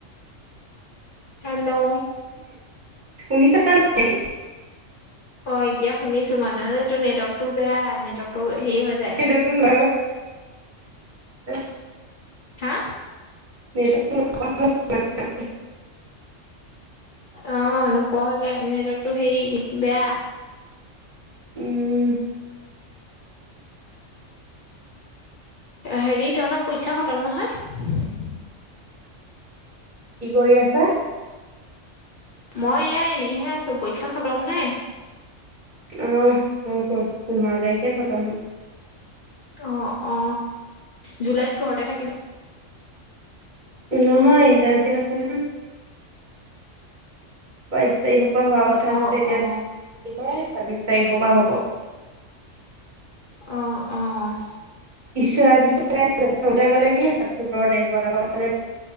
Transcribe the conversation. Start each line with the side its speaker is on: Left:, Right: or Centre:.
Left: hello
Right: শুনিছানে নাই
Left: অ এতিয়া শুনিছো মাজে মাজে তোৰ নেটৱৰ্কটো বেয়া নেটৱৰ্কটো হেৰি হৈ যায়
Right: সম ন <unintelligible>
Left: হা
Right: ন <unintelligible>
Left: অ নোপোৱা হৈ যায় নেটৱৰ্কটো হেৰি বেয়া
Right: উম
Left: হেৰি তহতৰ পৰীক্ষা খতম নহয়
Right: কি কৰি আছা
Left: মই এইয়া এনেইহে আছো পৰীক্ষা খতম নে
Right: অহ পাচ পোন্ধৰ তাৰিখে খতম হল
Left: অ অ অ জুলাইত ঘৰতে থাকিব
Right: নহয় ইণ্টাৰণশ্বিপ আছে নহয় বাইশ তাৰিখ হোৱা কথা আছিলে
Left: অ
Right: এতিয়া
Left: অ
Right: কি বুলি কয় চাব্বিশ তাৰিখৰ পৰা হ'ব
Left: অহ অহ
Right: চাৰে প্ৰথমতে কলে কি সাত সোতৰ তাৰিখ হব তাৰপৰা কলে